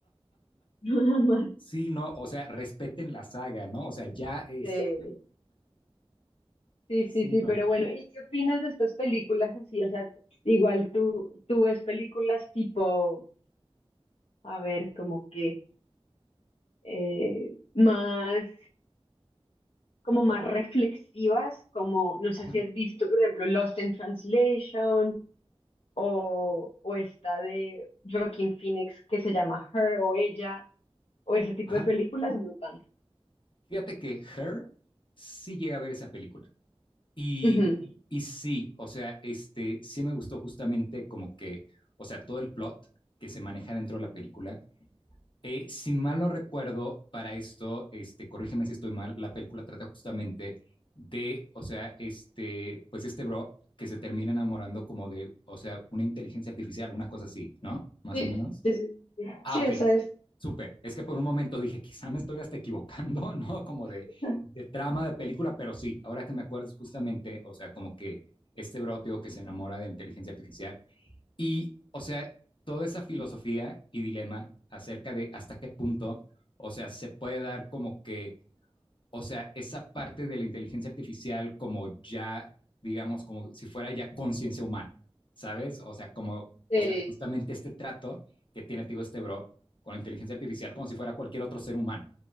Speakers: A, on the left (about 80°); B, on the left (about 55°).
A: <laughs> no da más.
B: Sí, no, o sea, respeten la saga, ¿no? O sea, ya es,
A: Sí, sí,
B: sí,
A: sí, sí,
B: no.
A: pero bueno, ¿y qué opinas de estas películas así? O sea, igual tú, tú ves películas tipo a ver, como que eh, más, como más reflexivas, como, no sé
B: Ajá,
A: si has visto, por ejemplo, Lost in Translation o, o esta de Joaquin Phoenix que se llama Her o Ella, o ese tipo
B: ajá.
A: de películas, no tanto.
B: Fíjate que Her sí llega a ver esa película. Y,
A: Ujú.
B: y sí, o sea, este, sí me gustó justamente como que, o sea, todo el plot que se maneja dentro de la película. Eh, si mal no recuerdo, para esto, este, corrígeme si estoy mal, la película trata justamente de, o sea, este, pues este bro que se termina enamorando como de, o sea, una inteligencia artificial, una cosa así, ¿no? Más
A: Sí,
B: o menos.
A: sí, sí, sí.
B: Ah,
A: Sí,
B: ok.
A: esa es.
B: Súper. Es que por un momento dije, quizá me estoy hasta equivocando, <laughs> ¿no? Como de,
A: <laughs>
B: de trama de película, pero sí, ahora que me acuerdas justamente, o sea, como que este broteo que se enamora de la inteligencia artificial y, o sea, toda esa filosofía y dilema acerca de hasta qué punto, o sea, se puede dar como que o sea, esa parte de la inteligencia artificial como ya, digamos, como si fuera ya conciencia humana, ¿sabes? O sea, como,
A: Sí,
B: o sea, justamente este trato que tiene, te digo, este bro con la inteligencia artificial como si fuera cualquier otro ser humano,